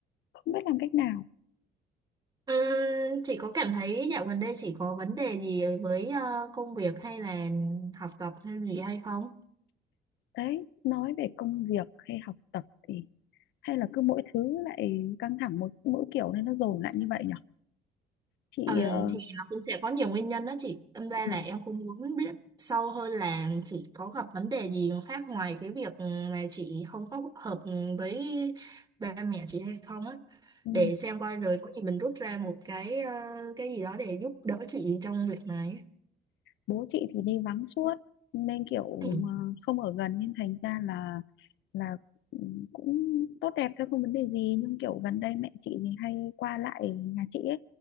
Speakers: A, on the left (about 70°); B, on the right (about 20°).
A: không biết làm cách nào
B: Ừm, Chị có cảm thấy dạo gần đây chị có vấn đề gì với ờ, công việc hay là học tập hay gì hay không?
A: đấy nói về công việc hay học tập thì hay là cứ mỗi thứ lại căng thẳng một mỗi kiểu nên nó dồn lại như vậy nhỉ chị
B: Ừm,
A: ờ,
B: thì nó cũng sẽ có nhiều nguyên nhân đó chị. Tâm ra
A: ừ,
B: là em cũng muốn biết sâu hơn là chị có gặp vấn đề gì khác ngoài cái việc mà chị không có hợp với ba mẹ chị hay không á.
A: ừ.
B: để xem coi rồi có gì mình rút ra một cái ờ, cái gì đó để giúp đỡ chị trong việc này
A: bố chị thì đi vắng suốt nên kiểu
B: <coughs>
A: ờ, không ở gần nên thành ra là là ừ, cũng tốt đẹp thôi không vấn đề gì nhưng kiểu gần đây mẹ chị thì hay qua lại nhà chị ấy